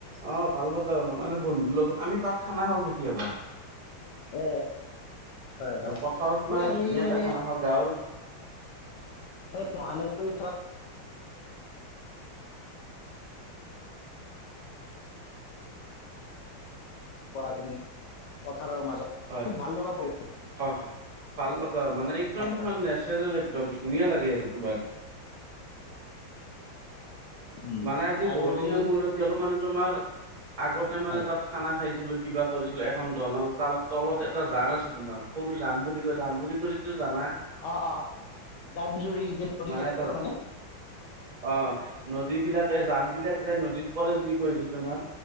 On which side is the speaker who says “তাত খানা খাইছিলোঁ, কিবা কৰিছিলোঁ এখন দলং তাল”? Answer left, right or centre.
Right